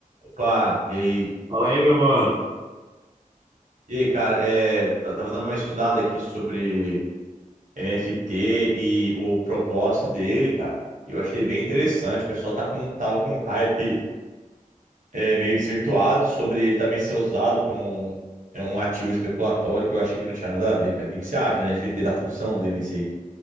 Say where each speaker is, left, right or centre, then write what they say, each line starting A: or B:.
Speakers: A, on the right; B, on the right.
A: Opa, e aí?
B: Fala aí, meu mano.
A: E aí, cara, é, ta- tava dando uma estudada aqui sobre NFT e o propósito dele, cara. Eu achei bem interessante. O pessoal tá com, tava com um hype é, meio desvirtuado sobre ele também ser usado como um, é um ativo especulatório, que eu achei que não tinha nada a ver, cara. O que, que você acha do NFT, da função dele em si?